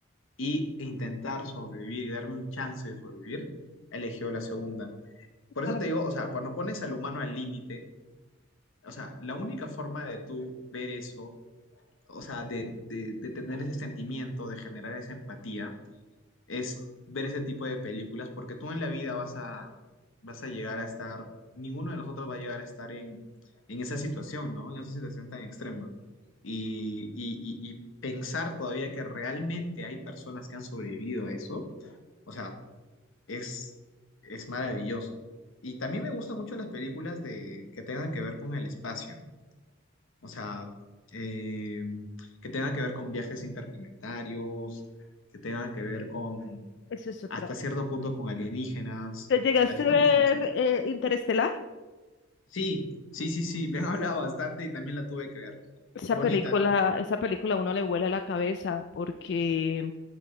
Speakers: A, on the left; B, on the left.
A: y, e intentar sobrevivir y darme un chance de sobrevivir, eligió la segunda. Por
B: claro,
A: eso te digo, o sea, cuando pones al humano al límite, o sea, la única forma de tú ver eso, o sea, de, de, de tener ese sentimiento, de generar esa empatía, es ver ese tipo de películas, porque tú en la vida vas a, vas a llegar a estar, ninguno de nosotros va a llegar a estar en, en esa situación, ¿no? En esa situación tan extrema. Y, y, y, y pensar todavía que realmente hay personas que han sobrevivido a eso, o sea, es, es maravilloso. Y también me gustan mucho las películas de, que tengan que ver con el espacio. O sea, eh, que tengan que ver con viajes interplanetarios, que tengan que ver con,
B: eso es otra.
A: hasta cierto punto, con alienígenas.
B: ¿Te llegaste
A: ¿A ti te
B: a ver
A: gustan esas?
B: eh, Interestelar?
A: Sí, sí, sí, sí. Me han hablado bastante y también la tuve que ver.
B: Esa
A: Bonita,
B: película,
A: ¿no?
B: esa película a uno le vuela la cabeza porque